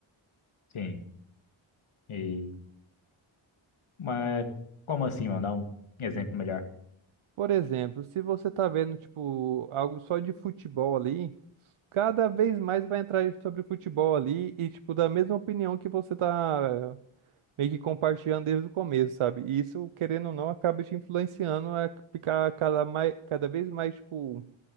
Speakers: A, on the left (about 80°); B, on the right (about 85°).
A: Sim. E, mas como assim, mano? Dá um exemplo melhor.
B: Por exemplo, se você tá vendo, tipo, algo só de futebol ali, cada vez mais vai entrar sobre futebol ali e, tipo, da mesma opinião que você tá eh, meio que compartilhando desde o começo, sabe? E isso, querendo ou não, acaba te influenciando a ficar cada, mais, cada vez mais, tipo,